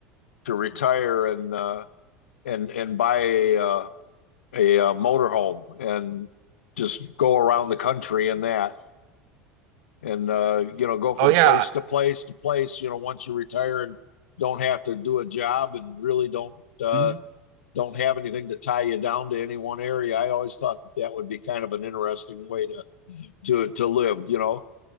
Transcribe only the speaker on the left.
to retire and uh, and and buy a uh, a uh, motorhome and just go around the country in that and uh, you know go from
place to place to place you know once you retire and don't have to do a job and really don't uh,
don't have anything to tie you down to any one area i always thought that that would be kind of an interesting way to to to live you know